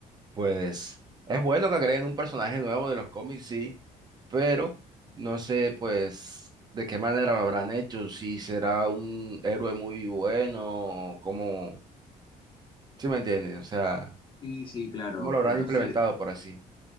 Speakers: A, on the right; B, on the left.
A: Pues es bueno que agreguen un personaje nuevo de los cómics, sí, pero no sé pues de qué manera lo habrán hecho, si será un héroe muy bueno, o ¿cómo? ¿sí me entiendes? O sea,
B: sí, sí, claro,
A: ¿cómo lo habrán
B: claro,
A: implementado
B: sí. Es,
A: por así?